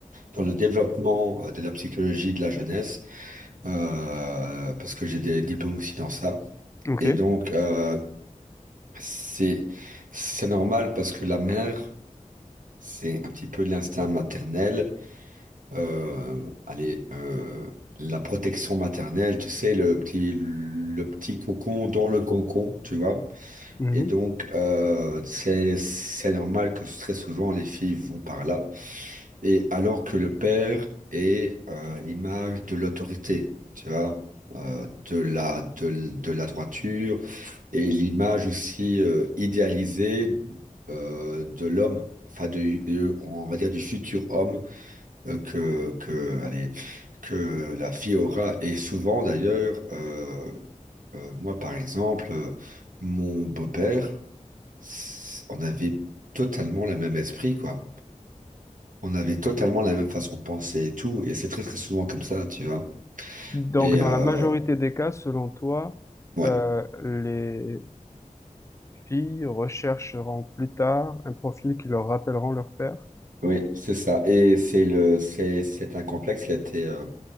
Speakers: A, on the right; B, on the left.
A: dans le développement euh, de la psychologie de la jeunesse. euh, parce que j'ai des diplômes aussi dans ça.
B: Ok.
A: Et donc, euh, c'est, c'est normal parce que la mère, c'est un petit peu l'instinct maternel. Euh, allez, euh, la protection maternelle, tu sais, le petit, le petit cocon dans le cocon, tu vois.
B: Mhm.
A: Et donc, euh, c'est, c'est normal que très souvent les filles vont par là. Et alors que le père est euh, l'image de l'autorité, tu vois, euh, de la, de, l- de la droiture, et l'image aussi euh, idéalisée euh, de l'homme, enfin, de, euh, on va dire du futur homme euh, que, que, allez, que la fille aura. Et souvent, d'ailleurs, euh, euh, moi, par exemple, euh, mon beau-père, c- on avait totalement le même esprit, quoi. On avait totalement la même façon de penser et tout, et c'est très très souvent comme ça, tu vois.
B: Donc,
A: Et
B: dans
A: euh,
B: la majorité des cas, selon toi,
A: ouais,
B: euh, les filles rechercheront plus tard un profil qui leur rappelleront leur père?
A: oui, c'est ça. Et c'est le, c'est, c'est un complexe qui a été, euh,